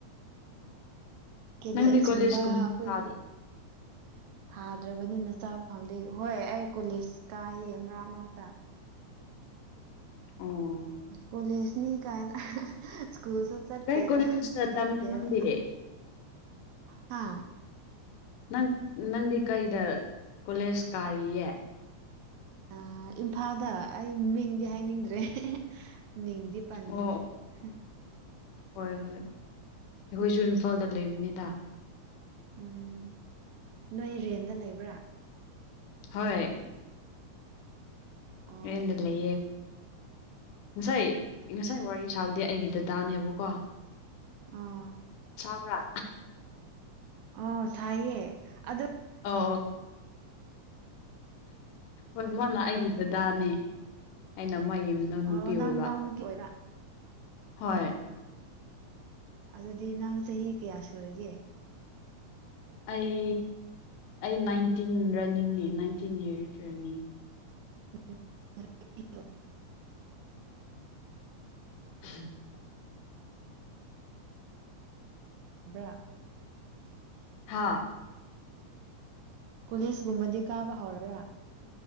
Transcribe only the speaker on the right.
ꯀꯦꯕꯦꯁꯀꯨꯝꯕ
ꯈꯣꯏꯒꯤ ꯊꯥꯗ꯭ꯔꯕꯅꯤꯅ ꯆꯥꯕ ꯐꯪꯗꯦ ꯍꯣꯏ ꯑꯩ ꯀꯣꯂꯦꯖ ꯀꯥꯌꯦ ꯃꯔꯛ ꯃꯔꯛꯇ
ꯀꯣꯂꯦꯖꯅꯤ ꯀꯥꯏꯅ ꯁ꯭ꯀꯨꯜꯁꯨ ꯆꯠꯇꯦꯗ
ꯆꯠꯇꯦꯕ
ꯍꯥ
ꯑ ꯏꯝꯐꯥꯜꯗ ꯑꯩ ꯃꯤꯡꯗꯤ ꯍꯥꯏꯅꯤꯡꯗ꯭ꯔꯦ ꯃꯤꯡꯗꯤ ꯄꯟꯅꯤꯡꯗ꯭ꯔꯦ
ꯍꯨꯝ
ꯎꯝ ꯅꯣꯏ ꯔꯦꯟꯗ ꯂꯩꯕ꯭ꯔꯥ
ꯑꯣ
ꯎꯝ
ꯑꯥ
ꯑꯣ ꯊꯥꯏꯌꯦ ꯑꯗꯨ
ꯑꯣ ꯅꯪ
ꯃꯅꯥꯎꯅꯨꯄꯤ ꯑꯣꯏꯕꯥ
ꯑꯗꯨꯗꯤ ꯅꯪ ꯆꯍꯤ ꯀꯌꯥ ꯁꯨꯔꯒꯦ
<unintelligible>
ꯕ꯭ꯔꯥ
ꯀꯣꯂꯤꯖꯒꯨꯝꯕꯗꯤ ꯀꯥꯕ ꯍꯧꯔꯕꯔꯥ